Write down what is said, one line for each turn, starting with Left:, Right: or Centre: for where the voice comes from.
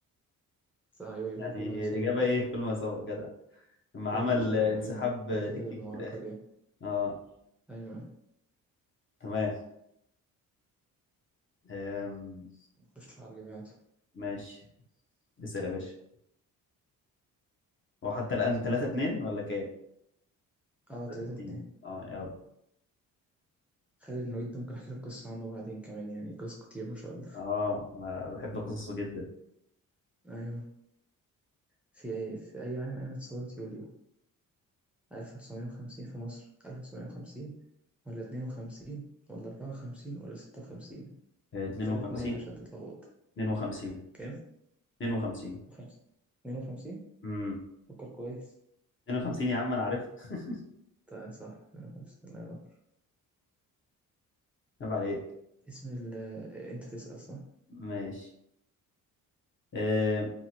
Centre: صح أيوه أيوه
Left: يعني
Centre: كل ما سبق
Left: الإجابة
Centre: أيوه
Left: إيه كل ما سبق جدع لما
Centre: كل
Left: عمل
Centre: ما سبق
Left: آه، انسحاب
Centre: أيوه أيوه
Left: آه،
Centre: أنا فاكر
Left: تكتيكي
Centre: المعركة
Left: في الآخر
Centre: دي أيوه
Left: اه
Centre: أيوه
Left: تمام آم.
Centre: نخش على اللي بعده
Left: ماشي اسأل يا باشا هو حتى الآن 3 2 ولا كام؟
Centre: أه
Left: 3
Centre: تلاتة
Left: 2
Centre: اتنين
Left: اه يلا
Centre: خالد بن الوليد ده ممكن أحكي لك قصة عنه بعدين كمان يعني قصص كتير ما شاء الله
Left: اه ما- بحب قصصه جدا
Centre: أيوه في في أي عام قامت ثورة يوليو؟ 1950 في مصر 1950 ولا 52 ولا 54 ولا 56
Left: آه، 52
Centre: تلات نات عشان تتلخبط
Left: 52
Centre: كام؟
Left: 52
Centre: 50 52
Left: امم
Centre: فكر كويس
Left: 52 يا عم انا عارف <laughs>
Centre: طيب صح 150 الله ينور
Left: عيب عليك
Centre: اسم ال انت تسأل صح؟
Left: ماشي آه